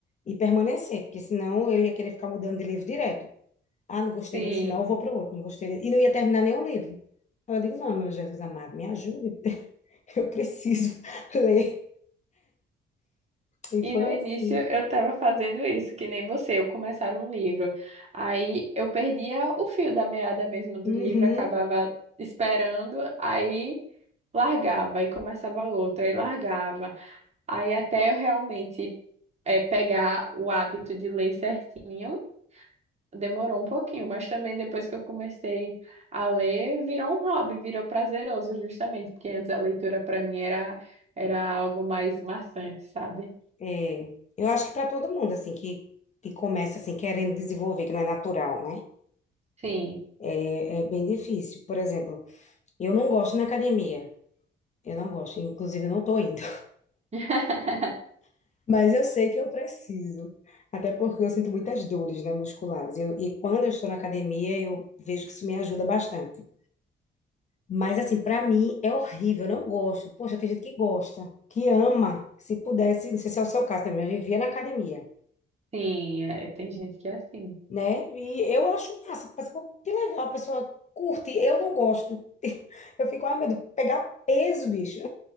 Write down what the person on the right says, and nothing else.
Sim.
E
no início
eu estava fazendo isso, que nem você, eu começava um livro. Aí eu perdia o fio da meada mesmo do
livro, acabava esperando, aí largava, aí começava outro, aí largava. Aí até eu realmente é, pegar o hábito de ler certinho, demorou um pouquinho, mas também depois que eu comecei a ler, virou um hobby, virou prazeroso, justamente, porque antes a leitura para mim era, era algo mais maçante, sabe?
Sim.
<laughs>
Sim, é, tem gente que é assim.